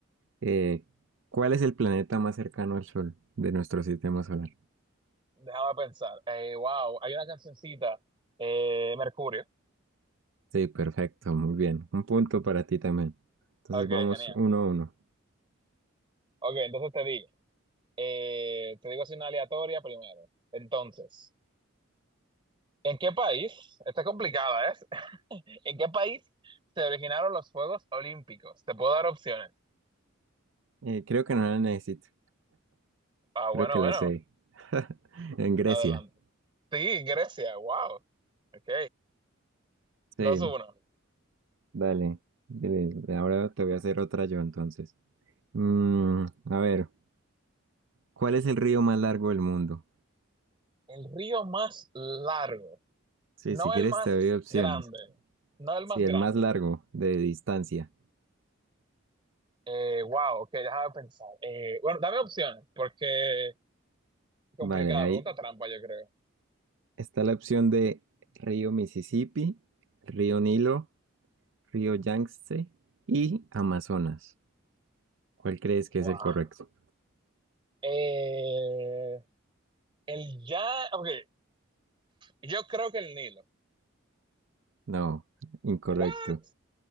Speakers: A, on the right; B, on the right.
A: Eh, ¿cuál es el planeta más cercano al Sol de nuestro sistema solar?
B: Déjame pensar. Eh, wow, hay una cancioncita, eh, Mercurio.
A: Sí, perfecto, muy bien. Un punto para ti también. Entonces
B: Ok,
A: vamos
B: genial.
A: uno a uno.
B: Ok, entonces te digo. Eh, te digo así una aleatoria primero. Entonces, ¿en qué país? Está complicada, ¿eh? ¿En qué país se originaron los Juegos Olímpicos? Te puedo dar opciones.
A: Eh, creo que no la necesito.
B: Ah,
A: Creo
B: bueno,
A: que la
B: bueno,
A: sé. <laughs> En Grecia.
B: adelante. Sí, Grecia, wow. Ok, Dos
A: Sí,
B: uno.
A: dale. Eh, Ahora te voy a hacer otra yo entonces. Mm, a ver, ¿cuál es el río más largo del mundo?
B: El río más largo,
A: Sí,
B: no
A: si quieres
B: el más
A: te doy opciones.
B: grande, no el
A: Sí,
B: más grande.
A: el más largo de distancia.
B: Eh, wow, ok, déjame pensar. Eh, bueno, dame opciones, porque complicada,
A: Vale, hay
B: pregunta trampa, yo creo.
A: Está la opción de río Mississippi, río Nilo, río Yangtze y Amazonas. ¿Cuál crees que
B: Wow.
A: es el correcto?
B: Eh, el ya, ok, yo creo que el Nilo.
A: No, incorrecto.
B: What?